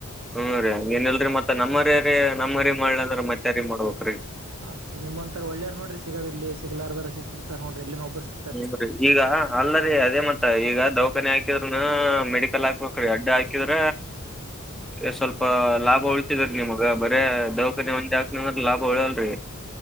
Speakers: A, in the centre; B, on the right.
A: ಹ್ಮ್ ರಿ ಹಂಗೇನಿಲ್ರಿ ಮತ್ತ ನಮ್ಮರೆರಿ ನಮ್ಮರಿಗ ಮಾಡ್ಲಲಿಲ್ ಅಂದ್ರ ಮತ್ಯಾರಿಗ ಮಾಡ್ಬೇಕ್ ರೀ.
B: ಹ ಸರ್ ನಿಮ್ ಅಂತರ ಒಳ್ಳೇರ್ ನೋಡ್ರಿ ಸಿಗದ ಇಲ್ಲಿ ಸಿಗ್ಲಾರದಾರ ಸಿ ಸಿಗ್ತತಾರ್ ನೋಡ್ರಿ ಎಲ್ಲನ ಒಬ್ರು ಸಿ
A: ಹಿಂಗ್ರಿ ಈಗಾ. ಅಲ್ಲರಿ ಅದೇ ಮತ್ತ ಈಗ ದೌಖಾನೆ ಹಾಕಿದ್ರನ ಮೆಡಿಕಲ್ ಹಾಕ್ಬೇಕ್ರಿ ಏಡ್ಡು ಹಾಕಿದ್ರ. ಏ ಸ್ವಲ್ಪ ಲಾಭ ಉಳಿತಿದ್ರರಿ ನಿಮಗ ಬರೇ ದೌಖಾನೆ ಒಂದೆ ಹಾಕತನಂದ್ರ ಲಾಭ ಉಳ್ಯಾಲ್ರಿ.